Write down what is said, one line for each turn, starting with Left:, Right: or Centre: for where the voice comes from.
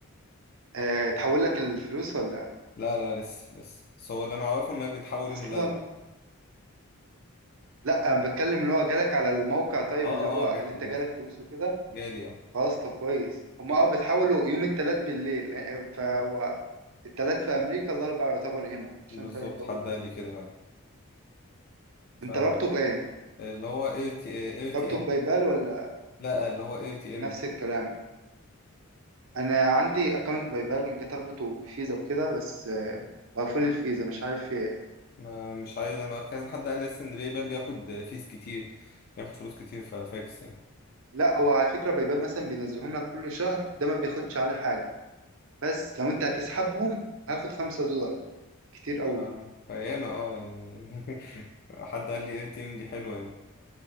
Right: أه تحول لك الفلوس ولا
Left: لا لا لسه لسه بس هو اللي انا اعرفه انها بتتحول
Right: أصلا
Left: يوم الاربعاء
Right: لا انا بتكلم اللي هو جالك على الموقع طيب
Left: اه
Right: اللي
Left: اه
Right: هو
Left: جات
Right: اللي انت
Left: لي جات
Right: جالك
Left: لي
Right: فلوس وكده
Left: جالي اه
Right: خلاص طب كويس هما اه بتحاولوا يوم التلات بالليل آه، فهو التلات في امريكا الاربع يعتبر هنا عشان
Left: بالظبط
Right: فرق التوقيت
Left: حد قال
Right: وكده
Left: لي كده فاهم
Right: انت رابطه بايه
Left: فاللي هو اير تي اير تي
Right: رابطه
Left: ام
Right: ببايبال ولا
Left: لا اللي هو اير تي
Right: نفس
Left: ام
Right: الكلام انا عندي اكونت بايبال جيت اربطه بفيزا وكده بس آه، بقفل الفيزا مش عارف في ايه
Left: ما مش عايز انا كذا حد قال لي اصلا ان باي بال بياخد فيس كتير بياخد فلوس كتير ففاكس يعني
Right: لا هو على فكرة بايبال مثلا بينزلهم لك كل شهر ده ما بياخدش على حاجة بس لو انت هتسحبهم هاخد خمسة دولار كتير قوي
Left: ف- فياما اه يعني <laughs> حد قال لي اير تي ام دي حلوه يعني